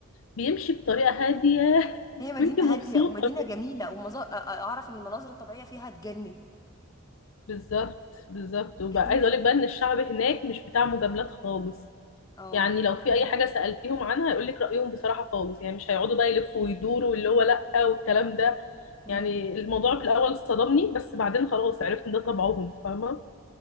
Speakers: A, on the left; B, on the left.
A: بيمشي بطريقة هادية <laughs>
B: هي مدينه
A: وانت مبسوطة
B: هاديه ومدينه جميله ومظا... أ- أ- اعرف ان المناظر الطبيعيه فيها تجنن
A: بالظبط بالظبط وبقى
B: جميله
A: عايزه
B: جدا
A: اقول لك بقى ان الشعب هناك مش بتاع مجاملات خالص
B: اه
A: يعني لو في اي حاجه سالتيهم عنها هيقول لك رايهم بصراحه خالص يعني مش هيقعدوا بقى يلفوا ويدوروا واللي هو لا والكلام ده
B: امم
A: يعني الموضوع في الاول صدمني بس بعدين خلاص عرفت ان ده طبعهم فاهمه